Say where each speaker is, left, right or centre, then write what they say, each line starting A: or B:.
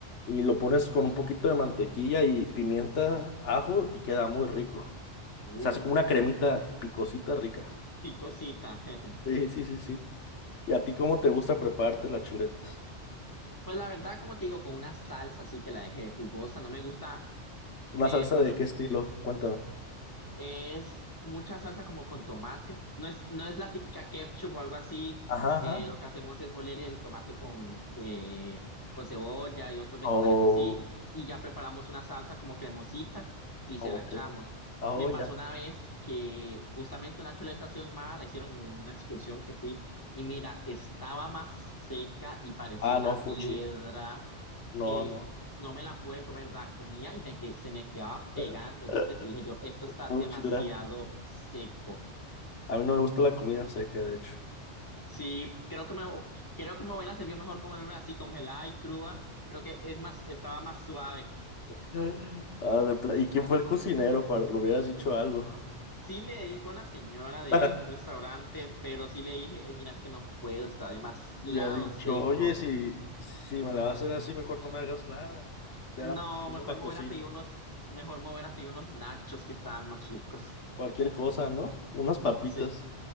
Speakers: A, on the left; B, on the left.
A: y lo pones con un poquito de mantequilla y pimienta, ajo y queda muy rico.
B: Uh,
A: Se hace como una cremita picosita rica.
B: picosita. <laughs>
A: Sí, sí, sí, sí. ¿Y a ti cómo te gusta prepararte las chuletas?
B: Pues la verdad, como te digo, con una salsa así que la dejé jugosa, no me gusta, me
A: ¿Una salsa
B: pasó
A: de qué estilo? Cuéntame.
B: Es mucha salsa como con tomate. No es, no es la típica ketchup o algo así.
A: Ajá,
B: Eh,
A: ajá.
B: lo que hacemos es moler el tomate con, eh, con cebolla y otros vegetales
A: Oh,
B: así. Y ya preparamos una salsa como cremosita y
A: ok.
B: se la echamos.
A: Ah,
B: Me
A: Oh,
B: pasó
A: ya.
B: una vez que justamente una chuleta así ahumada la hicieron en una excursión que fui. Y mira, estaba más seca y parecía
A: Ah,
B: una
A: no, fuchi.
B: piedra
A: No,
B: que
A: no.
B: no me la pude comer, la comía y me que, se me quedaba
A: <laughs>
B: pegada entre los dientes y dije yo, esto está
A: Fuchila.
B: demasiado seco.
A: A mí no me gusta la comida seca, de hecho.
B: Sí, creo que me, creo que me hubiera servido mejor comerme así congelada y cruda. Creo que es más, estaba más suave.
A: Mm. Ah, de pla- ¿Y quién fue el cocinero? Para... Le hubieras dicho algo.
B: Sí le dije, fue una señora de
A: <laughs>
B: un restaurante, pero sí le dije, "Eh, mira, es que no puedo, está demasiado
A: Hubiera dicho,
B: seco.
A: oye, si, si me la vas a hacer así, mejor no me hagas nada. Ya,
B: No,
A: yo
B: mejor
A: me la
B: me
A: cocino.
B: hubiera pedido unos, mejor me hubiera pedido unos nachos que estaban más ricos.
A: Cualquier cosa, ¿no? Unas papitas.
B: Sí,